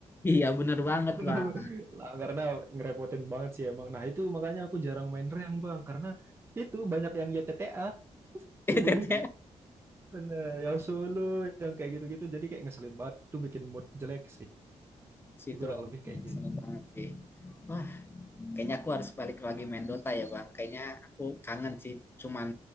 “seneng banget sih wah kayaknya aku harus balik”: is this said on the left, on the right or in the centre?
Left